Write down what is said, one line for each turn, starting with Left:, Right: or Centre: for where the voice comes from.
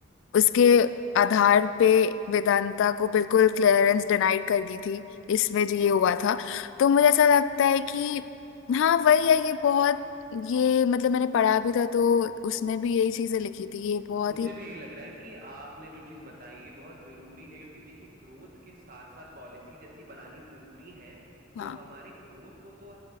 Left: उसके आधार पे वेदांता को बिल्कुल क्लियरेंस डिनाइड कर दी थी इसमें जो ये हुआ था तो मुझे ऐसा लगता है कि हाँ वही है ये बहुत ये मतलब मैंने पढ़ा भी था तो उसमें भी यही चीजें लिखी थी ये बहुत
Right: मुझे
Left: ही
Right: भी यही लग रहा है कि आपने जो चीज़ बताई ये बहुत ज़रूरी है क्योंकि देखिए ग्रोथ के साथ साथ पॉलिसीज ऐसी बनानी ज़रूरी हैं
Left: हाँ
Right: जो हमारे ग्रोथ को तो